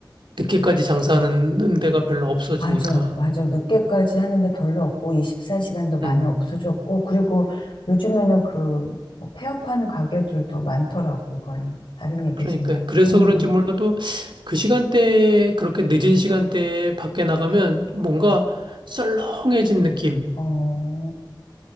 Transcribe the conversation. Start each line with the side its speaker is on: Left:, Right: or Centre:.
Right: 늦게까지 장사하는 데가 별로 없어지니까.
Left: 맞아, 맞아. 늦게까지 하는데 별로 없고, 24시간도 많이
Right: 음.
Left: 없어졌고, 그리고 요즘에는 그, 뭐 폐업하는 가게들도 많더라고, 이건. 다른 얘기지만.
Right: 그러니까 그래서
Left: 음,
Right: 그런지 몰라도 그 시간대에 그렇게 늦은 시간대에 밖에 나가면 뭔가 썰렁해진 느낌.
Left: 어,